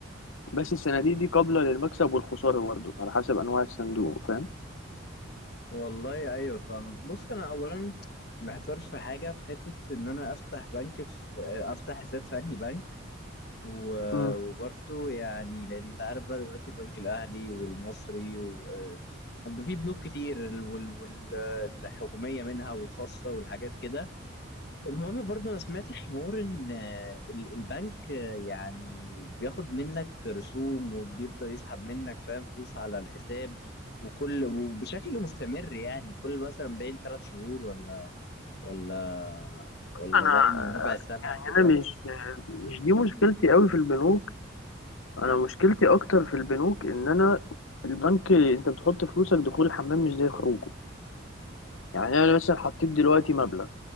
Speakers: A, on the left; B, on the left.
A: بس الصناديق دي قابلة للمكسب والخسارة برضه على حسب أنواع الصندوق فاهم
B: والله ايوه فاهمك بص انا اولا محتار في حاجه في حته ان انا افتح بنك في افتح حساب في انهي بنك و-
A: مم.
B: وبرضه يعني لان انت عارف بقى دلوقتي البنك الاهلي والمصري و... آه، في بنوك كتير ال- وال... وال... آه، الحكوميه منها والخاصه والحاجات كده المهم برضه انا سمعت حوار ان آه، ال- البنك آه، يعني بياخد منك رسوم وبيفضل يسحب منك فاهم فلوس على الحساب وكل وبشكل مستمر يعني كل مثلا باين ثلاث شهور ولا ولا ولا
A: أنا
B: باين ربع سنه كده
A: أنا مش مش دي مشكلتي قوي في البنوك أنا مشكلتي أكتر في البنوك إن أنا البنك أنت بتحط فلوسك دخول الحمام مش زي خروجه يعني أنا مثلا حطيت دلوقتي مبلغ